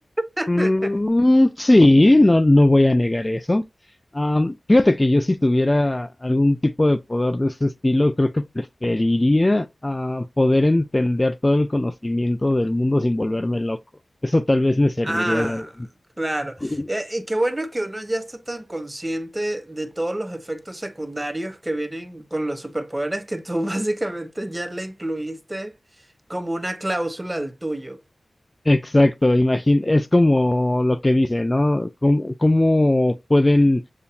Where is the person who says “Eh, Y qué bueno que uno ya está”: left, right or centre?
Right